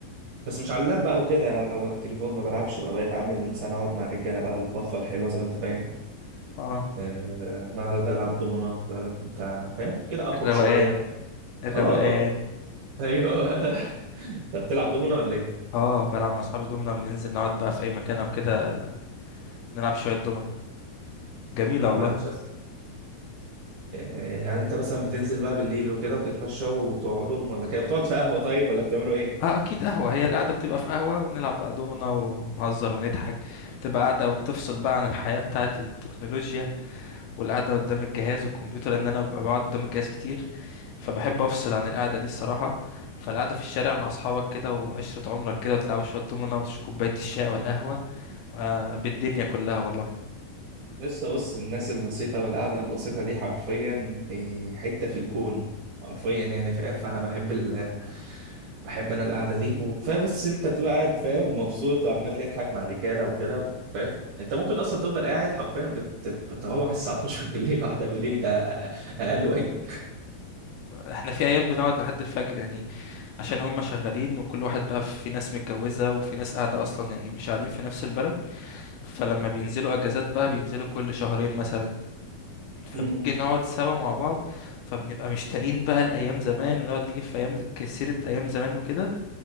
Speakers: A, on the right; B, on the left.
A: بس مش على اللاب بقى وكده يعني او على التليفون ما بلعبش بقى بقيت عامل مثلا اقعد مع الرجاله بقى البفه الحلوه زي ما انت فاهم
B: اه
A: آه، ما أقعد العب دومنه بقى انت فاهم كده اخرج
B: الروقان
A: شويه
B: الروقان
A: اه اه ايوه هو ده انت بتلعب دومنا ولا ايه؟
B: اه بلعب مع أصحابي دومنا بننزل نقعد بقى في أي مكان أو كده نلعب شوية دومنا جميلة
A: طب
B: والله
A: عايش اصلا يعني انت مثلا بتنزل بقى بالليل وكده وتتمشى وبتقعدوا ولا كده بتقعد في قهوة طيب ولا بتعملوا ايه؟
B: اه اكيد قهوة هي القعدة بتبقى في قهوة وبنلعب بقى دومنا ونهزر ونضحك بتبقى قاعدة بتفصل بقى عن الحياة بتاعة التكنولوجيا والقعدة قدام الجهاز والكمبيوتر لان انا ببقى بقعد قدام الجهاز كتير فبحب افصل عن القعدة دي الصراحة فالقعدة في الشارع مع اصحابك كده وعشرة عمرك كده وتلعبوا شوية دومنا وتشربوا كوباية الشاي او القهوة آه بالدنيا كلها والله
A: لسه بص الناس البسيطة والقعدة البسيطة دي حرفيا إيه، حتة في الجون حرفيا يعني فاهم فأنا بحب ال بحب أنا القعدة دي وكفاية بس أنت بتبقى قاعد فاهم مبسوط وعمال تضحك مع الرجالة وكده فاهم أنت ممكن أصلا تفضل قاعد حرفيا بت... بتروح الساعة 12 بالليل واحدة بالليل ده أقل واجب
B: احنا في ايام بنقعد لحد الفجر يعني عشان هم شغالين وكل واحد بقى في ناس متجوزة وفي ناس قاعدة اصلا يعني مش قاعدين في نفس البلد فلما بينزلوا اجازات بقى بينزلوا كل شهرين مثلا فبنيجي
A: <laughs>
B: نقعد سوا مع بعض فبنبقى مشتاقين بقى لايام زمان ونقعد نجيب في ايام كسيرة ايام زمان وكده